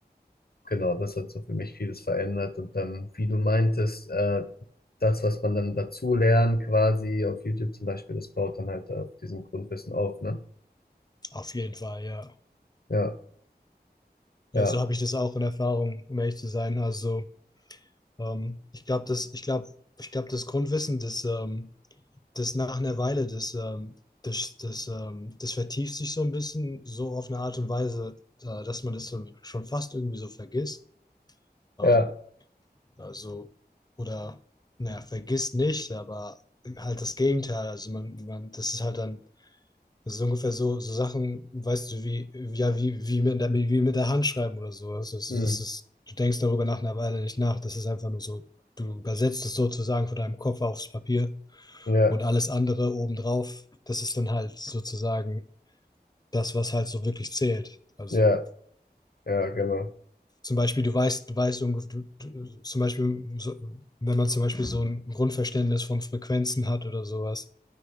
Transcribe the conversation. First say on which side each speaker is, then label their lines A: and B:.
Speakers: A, on the left; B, on the left.
A: Genau, das hat so für mich vieles verändert. Und dann, wie du meintest, äh, das, was man dann dazu lernt, quasi auf YouTube zum Beispiel, das baut dann halt auf diesem Grundwissen auf, ne?
B: auf jeden Fall, ja.
A: Ja, ja,
B: Ja, so habe ich das auch in Erfahrung, um ehrlich zu sein. Also, ähm, ich glaube, das, ich glaube, ich glaube, das Grundwissen, das, ähm, das nach einer Weile, das, ähm, das, das, ähm, das vertieft sich so ein bisschen, so auf eine Art und Weise, äh, dass man das so, schon fast irgendwie so vergisst. Ähm,
A: ja,
B: also, oder, naja, vergisst nicht, aber halt das Gegenteil. Also man, man, das ist halt dann, das ist ungefähr so, so Sachen, weißt du, wie, ja, wie, wie mit der, wie mit der Hand schreiben oder so. Also, das
A: hm,
B: ist, das ist, du denkst darüber nach einer Weile nicht nach. Das ist einfach nur so, du übersetzt es sozusagen von deinem Kopf aufs Papier.
A: ja,
B: Und alles andere obendrauf, das ist dann halt sozusagen das, was halt so wirklich zählt. Also
A: ja, ja, genau.
B: zum Beispiel, du weißt, du weißt, du, du, zum Beispiel, so, wenn man zum Beispiel so ein Grundverständnis von Frequenzen hat oder sowas,